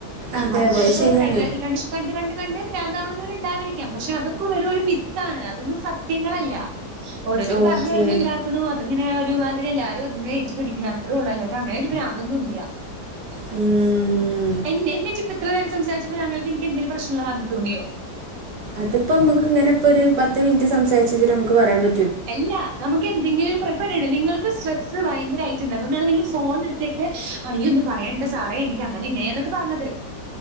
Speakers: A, on the right; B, on the right.
A: അതെ
B: അതുപോലെ
A: അതെ അത്
B: ഇപ്പോ
A: ശരിയാണ്
B: സൈക്കാട്ട്രി കണ്ടീഷൻ കണ്ട് കണ്ട് കണ്ട് പ്രാന്താവ്ണത്‌വരെ ഇണ്ടാവായ്രിക്കാം പക്ഷെ അതൊക്കെ വെറും ഒരു മി താണ് അതൊന്നും സത്യങ്ങളല്ല ഓരോര്ത്തറ്
A: ഓക്കെ
B: പറഞ്ഞാേരോന്ന്ണ്ടാക്ക്ണൂ അ അതങ്ങനെ ഒരു മാതിരി എല്ലാവരും അത്‌നേ ഏറ്റ് പിടിക്ക്ണു അത്രോള്ളു അല്ലാതെ അങ്ങനെ ഒരു പ്രാന്തൊന്നും ഇല്ല
A: ഉം
B: എൻ എന്നെച്ച്പ്പ ഇത്ര നേരം സംസാരിച്ചപ്പോ താങ്കൾക്ക് എനിക്ക് എന്തേലും പ്രശ്നള്ളമാത് രി തോന്നിയോ
A: അത്പ്പം മ്മക്ക് ഇങ്ങനെ പ്പാെര് പത്ത് മിൻറ്റ് സംസാരിച്ചിച്ച്ട്ട് നമുക്ക് പറയാൻ പ
B: എല്ലാ നമുക്ക് എന്തെങ്കിലൊരു പ്ര <unintelligible> നിങ്ങൾക്ക് സ്ട്രെസ് ഭയരായ്ട്ട്ണ്ട് അത്കൊണ്ടാണ് നിങ്ങള് ഫോണെട്ത്തേക്ക് അയ്യൊന്നും പറയണ്ട സാറേ എനിക്ക് അങ്ങനെ ഇങ്ങനെയാന്നൊക്കെ പർഞ്ഞത്